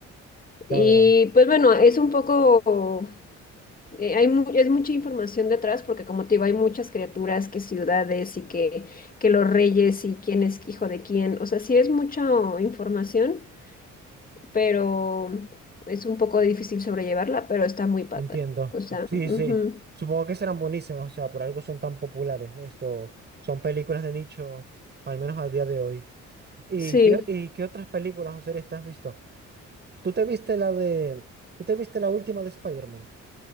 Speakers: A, on the right; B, on the left.
A: ya
B: Y
A: veo.
B: pues bueno, es un poco, eh, hay mu- es mucha información detrás porque como te digo, hay muchas criaturas, que ciudades y que, que los reyes y quién es hijo de quién. O sea, sí es mucha información, pero es un poco difícil sobrellevarla, pero está muy padre.
A: Entiendo.
B: O sea,
A: Sí,
B: ujú,
A: sí. Supongo que serán buenísimas, o sea, por algo son tan populares. Esto, son películas de nicho, al menos al día de hoy. ¿Y
B: Sí.
A: qué, y qué otras películas o series te has visto? ¿Tú te viste la de, tú te viste la última de Spider-Man?